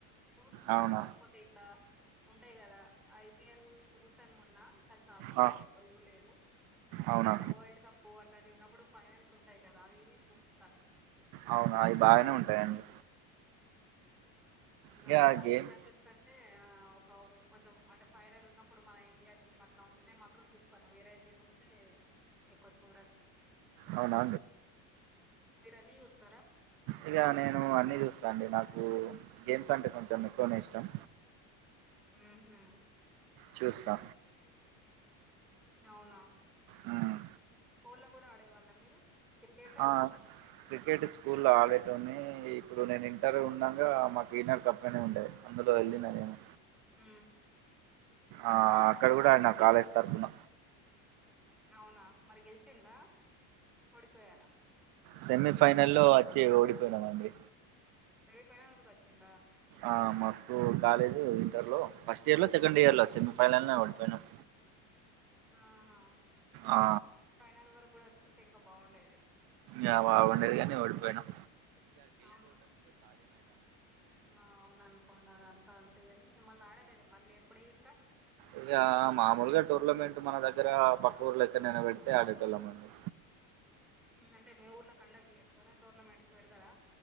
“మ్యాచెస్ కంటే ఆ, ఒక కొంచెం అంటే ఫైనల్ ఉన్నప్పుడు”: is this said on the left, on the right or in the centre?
Centre